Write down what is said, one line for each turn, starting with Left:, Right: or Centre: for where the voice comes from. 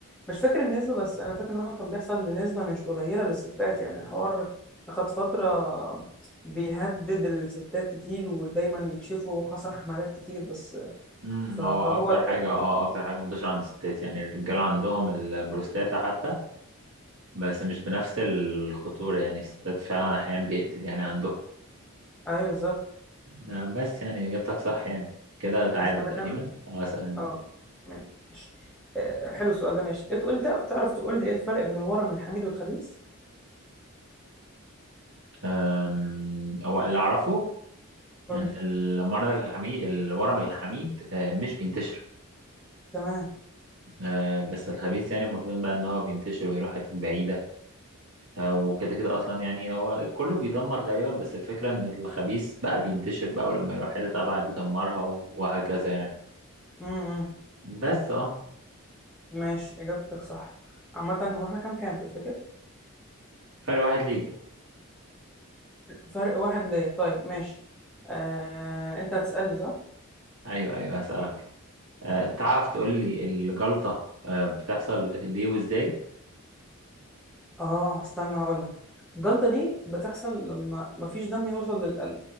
Centre: مش فاكر النسبة بس أنا فاكر إن هو كان بيحصل لنسبة مش قليلة للستات يعني الحوار أخد فترة بيهدد الستات كتير ودايما يكشفوا حصل حملات كتير بس
Right: مم،
Centre: ف- فهو
Right: هو أكتر حاجة
Centre: هو-
Right: أه أكتر حاجة منتشرة عند الستات يعني الرجالة عندهم البروستاتا حتى بس مش بنفس الخطورة يعني الستات فعلا أحيانا بيقتل يعني عندهم
Centre: أيوه بالظبط
Right: نعم بس يعني إجابتك صح يعني كده تعادل
Centre: أسألك
Right: تقريبا
Centre: أنا؟
Right: اه اسأل
Centre: أه ماشي آه، حلو السؤال ده ماشي تقول تع- تعرف تقول لي إيه الفرق بين الورم الحميد والخبيث؟
Right: أم، هو اللي أعرفه
Centre: قول
Right: إن
Centre: لي
Right: المرض الحميد الورم الحميد آه، مش بينتشر
Centre: تمام
Right: آه، بس الخبيث يعني المفروض بقى إن هو بينتشر ويروح حتت بعيدة آه، وكده كده أصلا يعني هو كله بيدمر غالبا بس الفكرة إن الخبيث بقى بينتشر بقى ولما يروح حتة أبعد يدمرها وهكذا يعني
Centre: إمم، إمم.
Right: بس اه
Centre: ماشي إجابتك صح عامة هو احنا كام كام تفتكر؟
Right: فرق واحد ليك
Centre: فرق واحد ليا طيب ماشي آه، انت هتسألني صح؟
Right: أيوه أيوه هسألك آه، تعرف تقول لي الجلطة آه، بتحصل ليه وإزاي؟
Centre: اه استنى هقولك الجلطة دي بتحصل لما مفيش دم يوصل للقلب